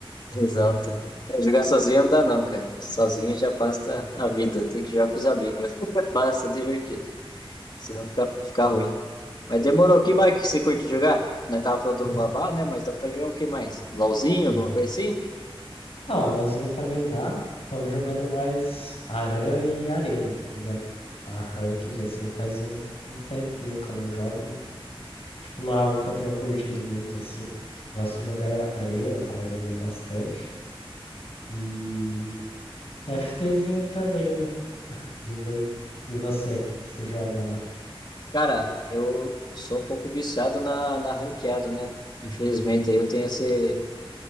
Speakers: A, on the left (about 50°); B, on the left (about 85°).
A: <laughs> exato. É, jogar sozinho não dá não, cara. Sozinho já passa a vida. Tem que jogar com os amigos. <laughs> para ser divertido. Senão fica, fica ruim. Mas demorou. O que mais que você curte jogar? Nós tava falando
B: <clears throat>
A: do Vavá, né? Mas dá pra jogar o que mais? LOLzinho,
B: Aham.
A: alguma coisa assim?
B: Ah, o LoLzinho também dá. Tô jogando mais Aran e Arena, tá ligado? A Ranked, assim, faz um, um tempinho que eu não jogo. Tipo, não é algo que eu tenho curtido muito, assim. Gosto de jogar Arena, tava jogando bastante. E TFTzinho também, né? De lei. E você, o que que você joga lá?
A: Cara, eu sou um pouco viciado na, na ranqueada, né? Infelizmente, aí eu tenho esse